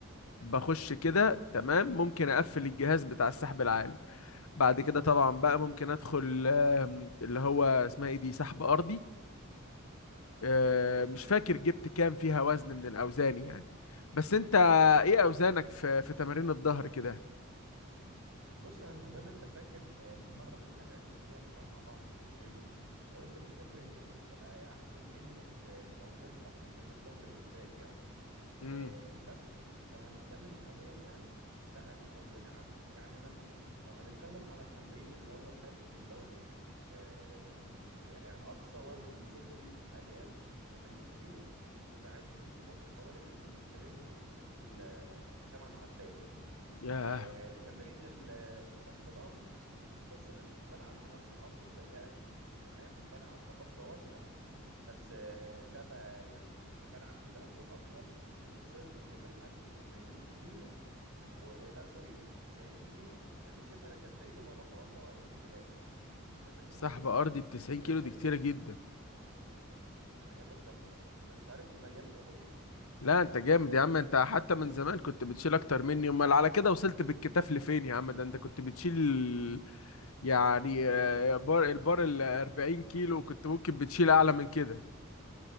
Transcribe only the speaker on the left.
بخش كده تمام ممكن اقفل الجهاز بتاع السحب العالي بعد كده طبعا بقى ممكن ادخل آم، اللي هو اسمها ايه دي سحب ارضي آه،
مش فاكر جبت كام فيها وزن من الاوزان يعني بس انت ايه اوزانك في في تمارين الظهر كده
امم
ياه
سحب
ارضي ب 90
كيلو
دي كتيره
جدا
لا انت جامد يا عم انت حتى من زمان كنت بتشيل اكتر مني امال على كده وصلت بالكتاف لفين يا عم ده انت كنت بتشيل يعني آه، بار البار ال 40 كيلو كنت ممكن بتشيل اعلى من كده